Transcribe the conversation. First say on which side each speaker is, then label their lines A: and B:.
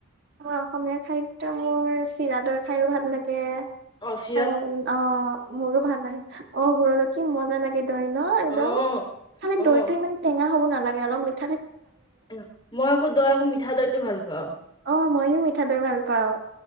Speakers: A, on the right (about 55°); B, on the left (about 25°).
A: মাৰ অসমীয়া খাদ্যয় মোৰ চিৰা দৈ খাইও ভাল লাগে।
B: অশ
A: এ অ মোৰো ভাল লাগে অ ঘৰ লক্ষি মজা লাগে দয় ন একদম।
B: অ',
A: খালে
B: অ'।
A: দৈটো ইমান টেঙা হ'ব নালাগে অলপ মিঠ
B: মই আকৌ দৈ আকৌ মিঠা দৈটো ভাল পাওঁ
A: অ মইয়ো মিঠা দৈ ভাল পাওঁ